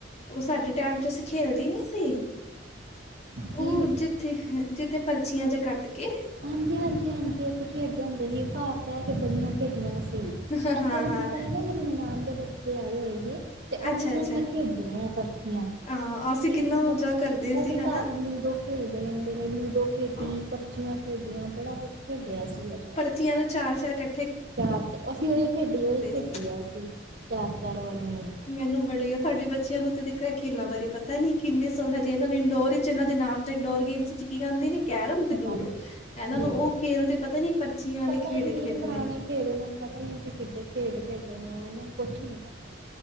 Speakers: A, on the left (about 35°); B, on the right (about 65°).
A: ਓ ਸਾਡੇ ਟੈਮ 'ਚ ਅਸੀਂ ਖੇਲਦੀ ਨੀ ਸੀ
B: ਕਿ
A: ਓ ਜਿੱਥੇ, ਜਿੱਥੇ ਪਰਚੀਆਂ ਜਾ ਕੱਟ ਕੇ
B: ਹਾਂਜੀ-ਹਾਂਜੀ-ਹਾਂਜੀ ਅਸੀਂ ਖੇਡਦੇ ਹੁੰਦੇ ਸੀ ਭਾਰਤ ਐ ਕੇ ਬੜੀਆਂ ਖੇ ਡੀਆਂ ਸੀ
A: ਹਾਂ-ਹਾਂ
B: ਐ ਥੋੜੇ ਦਿਨ ਪੈਲੇ ਨਾ ਮੇਰੀ ਨਨਾਣ ਦੇ ਬੱਚੇ ਆਏ ਹੋਏ ਹੀ ਤੇ ਉਨਾਂ
A: ਅੱਛਾ-ਅੱਛਾ
B: ਨਾਲ ਮੈਂ ਖੇਡੀਆਂ ਪਰਚੀਆਂ
A: ਹਾਂ
B: ਓ ਇੰਨੀ
A: ਅਸੀਂ ਕਿੰਨਾ
B: ਮਤਲਬ
A: ਮਜ਼ਾ ਕਰਦੇ
B: ਓ
A: ਸੀ
B: ਵੀ
A: ਹਨਾ
B: ਘਾਰ ਲੂਡੋ ਖੇਡਦੇ ਰੈਂਦੇ ਨੇ ਲੂਡੋ ਖੇਡੀ,
A: ਹਾਂ
B: ਪਰਚੀਆਂ ਖੇਡੀਆਂ ਬੜਾ ਕੁਛ ਖੇਡਿਆ ਸੀ ਉਦੋਂ।
A: ਚੀਆਂ ਨੂੰ ਚਾਰ-ਚਾਰ ਕੱ
B: ਚਾਰ ਚ ਅਸੀਂ ਉਈ ਖੇਡੀ ਉਈ ਖੇਡੀ
A: ਸੀ
B: ਆ ਅਸੀਂ ਚਾਰ-ਚਾਰ ਵਾਲੀਆਂ ਈ।
A: ਮੈਨੂੰ ਬੜੀ ਆ ਤੁਹਾਡੀ ਬੱਚਿਆਂ ਨੂੰ 'ਤੇ ਦੇਖੋ ਐ ਖੇਲਾਂ ਬਾਰੇ ਪਤਾ ਨੀ ਕਿੰਨੇ ਸੋ ਹਜੇ ਇਨਾਂ ਨੇ ਇੰਡੋਰ ਈ ਚ ਇਹਨਾਂ ਦੇ ਨਾਮ ਤੇ ਇੰਡੋਰ ਗੇਮਸ ਚ ਕੀ ਕੇਂਦੇ ਨੇ। ਕੈਰਮ ਤੇ ਲੂਡੋ
B: ਹਾਂਜੀ
A: ਇਹਨਾਂ
B: ਲੂਡੋ
A: ਨੂੰ ਉਹ ਖੇਲ ਤੇ ਪਤਾ ਨੀ, ਪਰਚੀਆਂ ਆਲੇ
B: ਪਤਾ
A: ਖੇਡ
B: ਹੀ ਨਹੀਂ
A: ਖੇਡਣੇ।
B: ਪੁਰਾਣੇ ਖੇਡ ਇਹਨਾਂ ਨੂੰ ਪਤਾ ਈ ਨੀ ਅਸੀ ਕਿੱਡੇ ਖੇਡ ਖੇਡੇ ਨੇ, ਇਹਨਾਂ ਨੂੰ ਕੁੱਛ ਨੀ ਪਤਾ।